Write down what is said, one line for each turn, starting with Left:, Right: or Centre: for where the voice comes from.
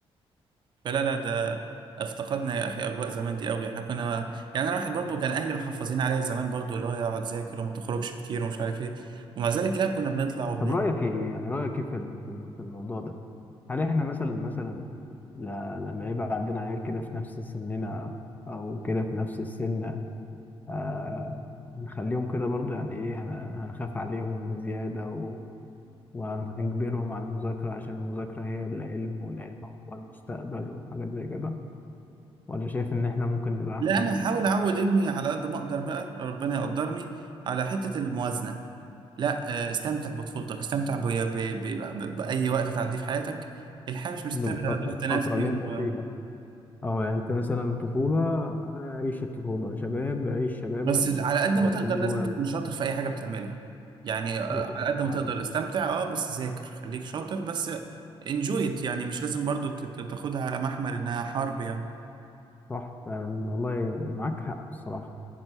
Right: فلا لا ده افتقدنا يا اخي اجواء زمان دي قوي احنا كنا يعني انا واحد برضو كان اهلي محافظين عليا زمان برضو اللي هو يقعد ذاكر وما تخرجش كتير ومش عارف ايه ومع ذلك لا كنا بنطلع وبنلعب
Left: طب رأيك ايه
Right: و-
Left: يعني رأيك ايه في ال- في الم- في الموضوع ده هل احنا مثلا مثلا ل- لما يبقى عندنا عيال كده في نفس سننا او كده في نفس السن آه هنخليهم كده برضو يعني ايه هن- هنخاف عليهم بزيادة و... وهنجبرهم على المذاكرة عشان المذاكرة هي العلم والعلم هو المستقبل وحاجات زي كده ولا شايف ان احنا ممكن نبقى
Right: لا
Left: احسن
Right: انا هحاول اعود ابني على قد ما اقدر بقى ربنا يقدرني على حته الموازنه لا آه، استمتع بطفولتك استمتع ب... ب... ب... ب... بأي وقت تعديه في حياتك الحياة مش مستاهلة
Left: بالفترة
Right: ضغط
Left: الفترة
Right: نفسي
Left: اللي انت
Right: و...
Left: فيها او يعني انت مثلا طفولة آه، عيش الطفولة شباب عيش شبابك
Right: بس على قد
Left: بس
Right: ما تقدر
Left: بوزن
Right: لازم تكون شاطر في أي حاجة بتعملها يعني آه،
Left: بوزن
Right: على قد ما
Left: وعقل.
Right: تقدر استمتع اه بس ذاكر خليك شاطر بس انجويت يعني مش لازم برضو ت- ت- تاخدها على محمل إنها حرب يعني
Left: صح فعلا والله معاك حق الصراحة